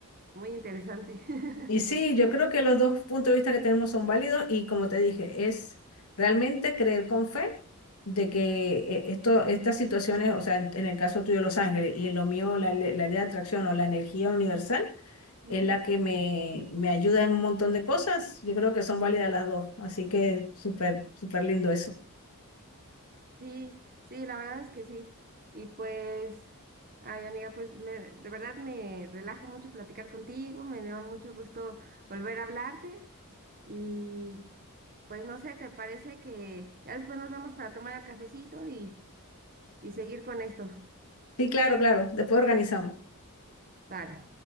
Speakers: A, on the right; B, on the left.
A: muy interesante. <laughs>
B: Y sí, yo creo que los dos puntos de vista que tenemos son válidos y como te dije, es realmente creer con fe de que
A: Ujú.
B: eh, esto, estas situaciones, o sea, en, en el caso tuyo Los Ángeles y en lo mío la, le- la ley de atracción o la energía universal
A: Ujú.
B: es la que me, me ayuda en un montón de cosas, yo creo que son válidas las dos, así que súper, súper lindo eso.
A: Sí, sí, la verdad es que sí. Y pues, ay amiga, pues me- de verdad me relaja mucho platicar contigo, me da mucho gusto volver a hablarte y pues no sé, ¿te parece que ya después nos vemos para tomar el cafecito y, y seguir con esto?
B: Sí, claro, claro, después organizamos.
A: Vale.